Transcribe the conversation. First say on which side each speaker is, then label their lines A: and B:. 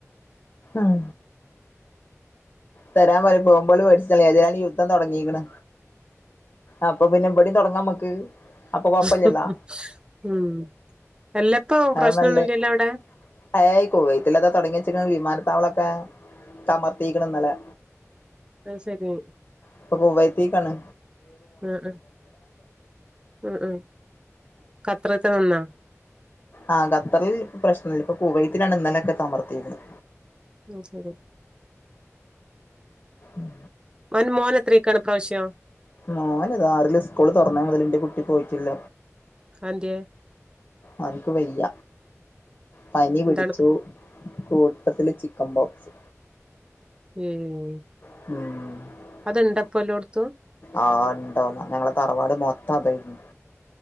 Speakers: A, on the left; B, on the right.
A: ഉം തരാൻ വറി പോഉമ്പള് <unintelligible> ദ്ധം തൊട്ങ്ങീക്ണ് അപ്പൊ പിന്നെ വിടീം തുടങ്ങാമ്മക്ക് അപ്പൊ കൊയ്പ്പ
B: പറഞ്ഞ്.
A: ല്ല്യല്ലോ
B: ഉം എല്ലപ്പോ
A: അത
B: പ്രശ്നൊന്നുല്ലല്ലോ
A: നല്ലത്അ
B: അവിടെ
A: ഏയി കുവൈത്തിൽതാ തുടങ്ങിച്ചി വിമാന <unintelligible> തമർത്തിക്ക്‌ണ് ന്നലെ
B: ആയ് ശരി
A: ഇപ്പം കുവൈത്തിക്കാണ്
B: ആ അ ഉ ഉ ഖത്രത്തെ നിന്നോ
A: ആ ഖത്തറിൽ ഇപ്പ പ്രശ്നല്ല ഇപ്പൊ കുവൈത്തിനാണ് ഇന്നലൊക്കെ ത മർത്തിരിക്ക് ണ്
B: ഉ ശരി
A: ഉം
B: അന്റെ മോനെത്രക്കാണ് പ്രാവശ്യം
A: മോൻ ഇതാറില് സ്കൂള് തുൊറന്ന മുതലിന്റെ കുട്ടി പോയിട്ടില്ല
B: അതെന്തേ
A: അവനിക്ക് വയ്യ പനി
B: എന്താണ്
A: പിടിച്ചു കൂട്ടത്തില് ചിക്കൻ ബോക്സ്
B: ഉം
A: ഉം
B: അത്ണ്ടപ്പൊ എല്ലോട്ത്തും
A: ആഹ് ഉണ്ടോന്ന ഞങ്ങള തറവാട് മൊത്ത അതായിരുന്നു